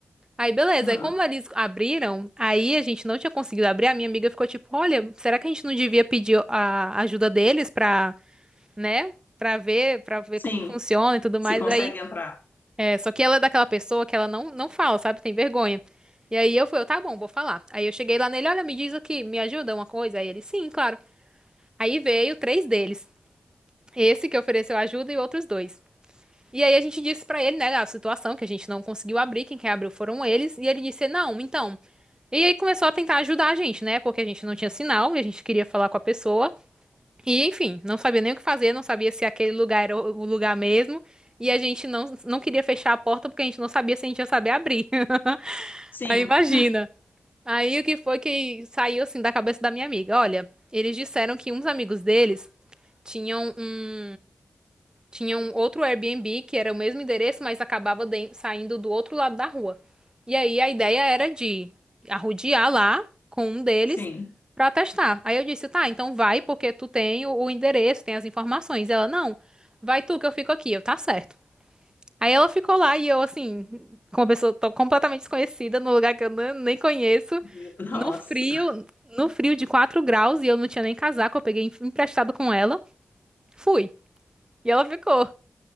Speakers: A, on the right; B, on the left.
A: Aí, beleza.
B: Ah,
A: Aí, como eles abriram, aí a gente não tinha conseguido abrir. A minha amiga ficou tipo: Olha, será que a gente não devia pedir a ajuda deles pra, né? Pra ver, pra ver
B: sim,
A: como funciona e tudo
B: se
A: mais.
B: consegue
A: Aí,
B: entrar.
A: é, só que ela é daquela pessoa que ela não, não fala, sabe? Tem vergonha. E aí eu fui: eu, Tá bom, vou falar. Aí eu cheguei lá nele: Olha, me diz aqui, me ajuda uma coisa? Aí ele: Sim, claro. Aí veio três deles: esse que ofereceu ajuda e outros dois. E aí a gente disse pra ele, né, a situação que a gente não conseguiu abrir, quem quer abriu foram eles, e ele disse: "Não, então, e aí começou a tentar ajudar a gente, né? Porque a gente não tinha sinal, a gente queria falar com a pessoa. E enfim, não sabia nem o que fazer, não sabia se aquele lugar era o o lugar mesmo. E a gente não, não queria fechar a porta porque a gente não sabia se a gente ia saber abrir. <laughs>
B: Sim,
A: Aí imagina. Aí o que foi que saiu assim da cabeça da minha amiga? Olha, eles disseram que uns amigos deles tinham um tinha um outro Airbnb que era o mesmo endereço, mas acabava den- saindo do outro lado da rua. E aí a ideia era de arrodear lá com um deles
B: sim.
A: pra testar. Aí eu disse, tá, então vai porque tu tem o, o endereço, tem as informações. Ela, não, vai tu que eu fico aqui. Eu, tá certo. Aí ela ficou lá e eu, assim, com uma pessoa tô completamente desconhecida, num lugar que eu nem nem conheço,
B: Meu- <laughs>
A: no frio,
B: nossa.
A: no frio de 4 graus e eu não tinha nem casaco, eu peguei emprestado com ela. Fui. E ela ficou.